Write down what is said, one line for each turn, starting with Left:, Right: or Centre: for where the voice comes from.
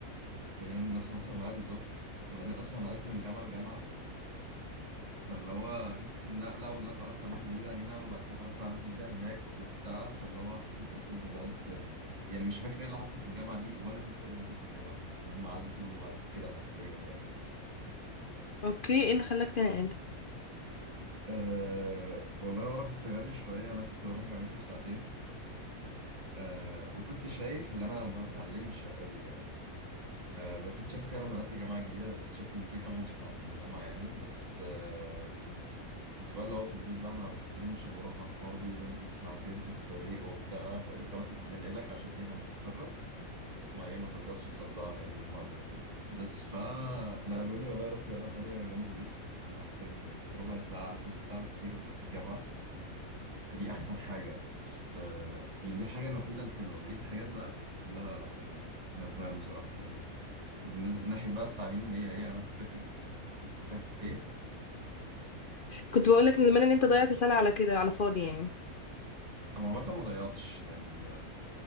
Right: فهي نفس اللي حصل معايا بالظبط بعدين أصلا أنا نقلت من جامعة لجامعة فاللي هو حتة النقلة واللي أنا اتعرفت على ناس جديدة هنا وبعد كده اتعرفت على ناس جديدة هناك وبتاع فاللي هو حسيت أصلا إن الوقت يعني مش فاكر إيه اللي حصل في الجامعة دي ولا فاكر إيه اللي حصل في الجامعة دي اللي هم عدوا عدوا كده حرفيا يعني
Left: اوكي ايه اللي خلاك تنقل
Right: أه والله وأنا كنت غبي شوية أنا كنت بروح جامعتي في ساعتين أه وكنت شايف إن أنا ما بتعلمش قوي يعني أه بس اكتشفت كده لما نقلت جامعة جديدة اكتشفت إن كده كده محدش بيتعلم في الجامعة يعني بس أه كنت بقى اللي هو في البيت بقى انا ما بتعلمش وبروح على الفاضي وبنزل ساعتين في الطريق وبتاع فقال لي خلاص هننقلك عشان ايه لما تتخرج ما ايه ما تفضلش تصدعني يعني بالحوار ده كتير بس فنقلوني والله رحت جامعة تانية جنب البيت أنا حرفيا ربع ساعة تلت ساعة كتير ببقى في الجامعة فدي أحسن حاجة بس آه، يعني دي الحاجة الوحيدة الحلوة بقية الحاجات بقى لا لا يعني ندمان بصراحة يعني بالنسبة من ناحية بقى التعليم هي هي أنا كنت فاكر فاكر إيه
Left: كنت بقولك ان زمان ان انت ضيعت سنة على كده على فاضي يعني
Right: هو عامة ما ضيعتش يعني